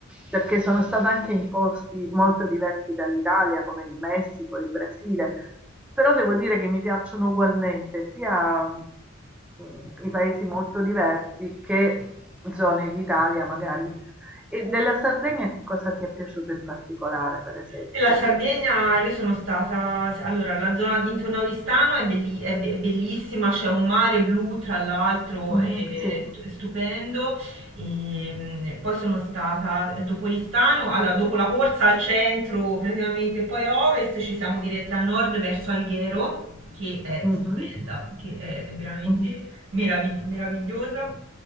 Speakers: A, in the centre; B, on the right.
A: perché sono stata anche in posti molto diversi dall'Italia, come il Messico, il Brasile, però devo dire che mi piacciono ugualmente sia mm, i paesi molto diversi che zone d'Italia magari. E della Sardegna che cosa ti è piaciuto in particolare, per esempio?
B: E la Sardegna, io sono stata, se- allora, la zona intorno a Oristano è, belli- è be- è bellissima, c'è un mare blu tra l'altro,
A: Mhm,
B: è
A: sì.
B: stu- è stupendo. E, mh, poi sono stata eh, dopo Oristano, allora, dopo la corsa al centro praticamente, poi a ovest ci siamo diretti a nord verso Alghero, che è
A: Mhm,
B: stupenda, che è veramente
A: mhm.
B: meravig- meravigliosa.